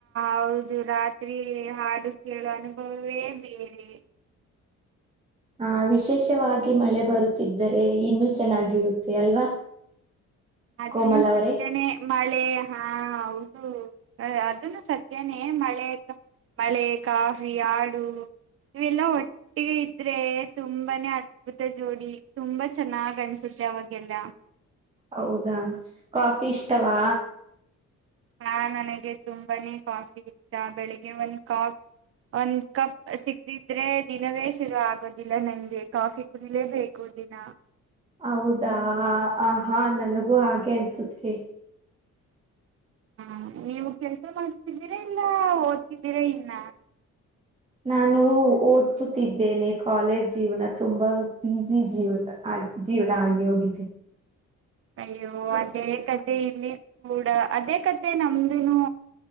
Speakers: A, on the right; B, on the right.
A: ಹೌದು ರಾತ್ರಿ ಹಾಡು ಕೇಳೋ ಅನುಭವವೇ ಬೇರೆ
B: ಹಾ ವಿಶೇಷವಾಗಿ ಮಳೆ ಬರುತ್ತಿದ್ದರೆ ಇನ್ನುೂ ಚೆನ್ನಾಗಿರುತ್ತೆ ಅಲ್ವಾ
A: ಅದನು
B: ಕೋಮಲ್ ಅವರೇ
A: ಸತ್ಯನೇ ಮಳೆ ಹಾ ಹೌದು ಅದನ್ನು ಸತ್ಯನೇ ಮಳೆ ಮಳೆ ಕಾಫಿ ಹಾಡು ಇವೆಲ್ಲಾ ಒಟ್ಟಿಗೆ ಇದ್ರೆ ತುಂಬಾನೇ ಅದ್ಭುತ ಜೋಡಿ ತುಂಬಾ ಚೆನ್ನಾಗ್ ಅನ್ಸುತ್ತೆ ಅವಾಗೆಲ್ಲ
B: ಹೌದಾ ಕಾಫಿ ಇಷ್ಟವಾ
A: ಹಾ ನನಗೆ ತುಂಬಾನೇ ಕಾಫಿ ಇಷ್ಟ ಬೆಳಿಗ್ಗೆ ಒಂದ್ ಕಪ್ ಒಂದ್ ಕಪ್ ಸಿಗದಿದ್ರೆ ದಿನವೇ ಶುರು ಆಗೋದಿಲ್ಲ ನಂಗೆ ಕಾಫಿ ಕುುದಲೇಬೇಕು ದಿನ
B: ಹೌದಾ ಆ ಹಾ ನನಗೂ ಹಾಗೆ ಅನ್ಸುತ್ತೆ
A: ಹಾ ನೀವು ಕೆಲ್ಸ ಮಾಡತಿದ್ದೀರಾ ಇಲ್ಲ ಓದ್ತಿದ್ದೀರಾ ಇನ್ನ
B: ನಾನು ಓದ್ತುತ್ತಿದ್ದೇನೆ ಕಾಲೇಜ್ ಜೀವನ ತುಂಬಾ ಬಸಿ ಜೀವ ಆಗ ಜೀವನ ಆಗಿ ಹೋಗಿದೆೆ
A: ಅಯ್ಯೋ ಅದೇ ಕಥೆ ಇಲ್ಲಿ ಮುಡ <unintelligible> ಅದೇ ಕತೆ ನಮ್ದುನು